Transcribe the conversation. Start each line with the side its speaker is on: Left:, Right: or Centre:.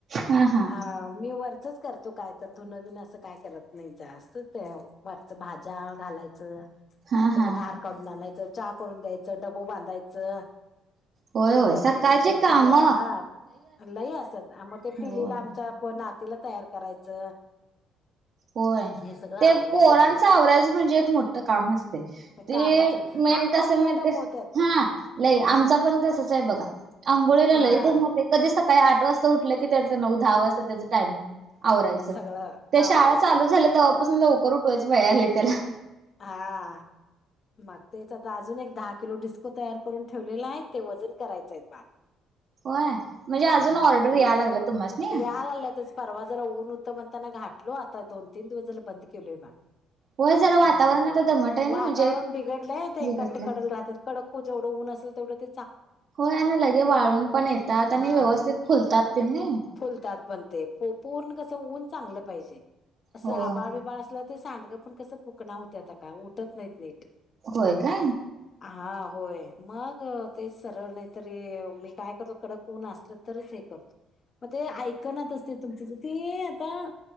Right: हा हा
Left: अ मी वरचच करतो काय तर धुनं असं काय करत नाही जास्त ते वरच भाज्या घालायचं
Right: हा हा
Left: धार काढून आणायचं, चा करून द्यायचं, डबं बांधायचं.
Right: होय
Left: हे
Right: होय
Left: करतो
Right: सकाळची
Left: मी प
Right: काम
Left: हा लई असत्यात मग ते पिलीला
Right: होय
Left: आमचा पण ना तीला तयार करायचं.
Right: होय
Left: हे सगळं आवरून
Right: ते पोरांच
Left: घेतो
Right: आवरायचं म्हणजे एक मोठं काम असतंय ते
Left: कामच
Right: मेन
Left: आंघोळीला
Right: कशाला म्हणतेस
Left: दमवत्यात
Right: हा लय हा आमचा पण तसच आहे बघा अंघोळीला
Left: हा
Right: लई दमवतोय, कधी स काळी आठ वाजता उठलं की त्यांच नऊ- दहा वाजत्यात त्याच टायमिंग आवरायच,
Left: सगळं
Right: ते शाळा
Left: आवरायचं
Right: चालू झालं तेव्हापासून लवकर उठवायचं पाया आलंय त्याला
Left: हा. मग तेच आता अजून एक दहा किलो डिस्को तयार करून ठेवलेला आहे ते वजन करायच आहेत बार
Right: होय. म्हणजे अजून
Left: हा
Right: ऑर्डर
Left: मग ते
Right: याय लागला तुम्हासनी
Left: यालाल्या त्या परवा जरा होऊन होत मग ना घटलो आता दोन तीन दिवस बंद केलोय बा
Right: होय जरा वातावरण
Left: मग
Right: आता दमट आहे ना
Left: वातावरण
Right: म्हणजे
Left: बिघडलंय ते
Right: बिघडलंय
Left: कट्ट कडल राहतात कडक को जवढं ऊन असल तेवढंच
Right: हो आणि लगे वाळून पण येतात
Left: हा
Right: आणि व्यवस्थित फुलतात त्यांनी
Left: फुलतात पण ते पूर्ण कस ऊन चांगलं पाहिजे असं
Right: हो
Left: आबाळ बिबाळ असलं ते सांडगं पण कसं बुकणा होत्या आता का उठत नाहीत नीट
Right: होय का
Left: हा होय मग तेच सरळ नाहीतरी मी काय करतो कड कोण असल तरच मग ते ऐक असते तुम ते आ